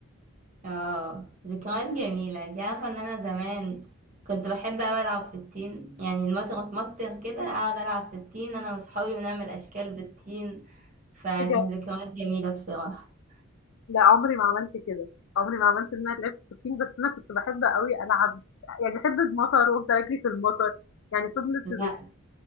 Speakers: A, on the right (about 35°); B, on the left (about 60°).
A: اه ذكريات جميلة انت عارفة ان انا زمان كنت بحب اوي العب في الطين يعني المطر اتمطر كده اقعد العب في الطين انا واصحابي ونعمل اشكال بالطين فكان
B: حاجة-
A: ذكريات جميلة بصراحة
B: لا عمري ما عملت كده عمري ما عملت إن أنا لعبت سكين بس أنا كنت بحب قوي ألعب يعني بحب المطر وأفضل أجري في المطر يعني فضلت
A: لا